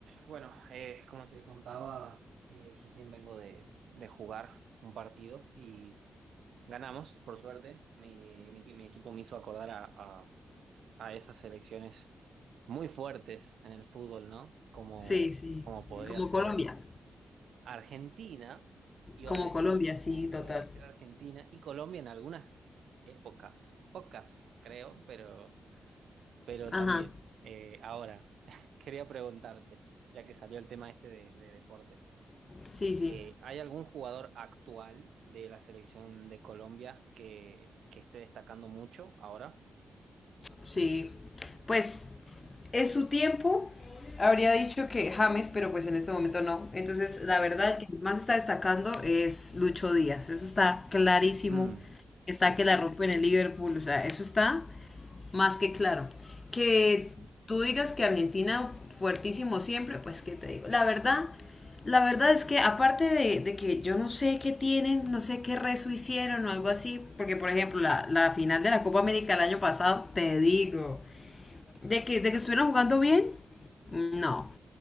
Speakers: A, on the right; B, on the left.
A: Bueno, eh, como te contaba, eh, recién vengo de, de jugar un partido y ganamos, por suerte. Mi, mi- mi equipo me hizo acordar a, a- a esas selecciones muy fuertes en el fútbol, ¿no? Como,
B: Sí, sí.
A: como podría
B: Como
A: ser
B: Colombia.
A: Argentina, iba
B: Como
A: a decir,
B: Colombia, sí,
A: como podría
B: total.
A: ser Argentina y Colombia en algunas épocas, pocas creo, pero, pero
B: Ajá.
A: también. Eh, ahora, <laughs> quería preguntarte, ya que salió el tema este de de deporte.
B: Sí, sí.
A: Eh, ¿hay algún jugador actual de la selección de Colombia que, que esté destacando mucho ahora?
B: Sí. Pues en su tiempo habría dicho que James, pero pues en este momento no. Entonces,
A: Sí.
B: la verdad, el que más está destacando es Lucho Díaz. Eso está clarísimo.
A: Mm,
B: Está
A: sí,
B: que
A: sí,
B: la rompe en el Liverpool. O sea, eso está Más que claro. Que
A: sí, sí, sí.
B: tú digas que Argentina fuertísimo siempre, pues qué te digo. La verdad, la verdad es que aparte de, de que yo no sé qué tienen, no sé qué rezo hicieron o algo así, porque por ejemplo la, la final de la Copa América el año pasado, te digo, de que, de que estuvieron jugando bien, no,